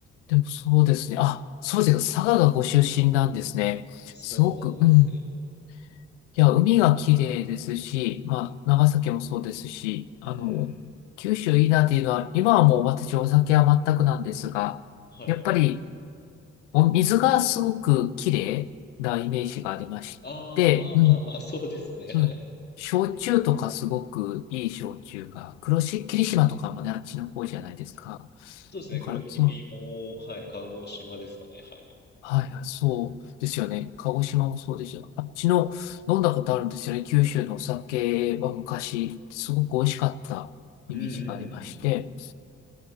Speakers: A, on the left; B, on the left.
A: でもそうですね。あ、そうですか。佐賀がご出身なんですね。
B: そうなんですよ。
A: すごく、うん。いや、海が綺麗ですし、まあ、長崎もそうですし、あの、
B: うんうんうん。
A: 九州いいなっていうのは、今はもう私お酒は全くなんですが、
B: はい。
A: やっぱりお水がすごく綺麗なイメージがありまして、
B: ああ、まあまあまあ、
A: うん、
B: そうですね。
A: そう、
B: はい。
A: 焼酎とかすごくいい焼酎が、黒し、霧島とかもね、あっちの方じゃないですか。
B: そうですね、
A: だから、
B: 黒霧も、
A: その
B: はい、鹿児島ですかね、はい。
A: はいはい、そうですよね。鹿児島もそうですよ。あっちの飲んだことあるんですよね。九州のお酒は昔、すごく美味しかったイメージがありまして、
B: うんうんうんうんうん。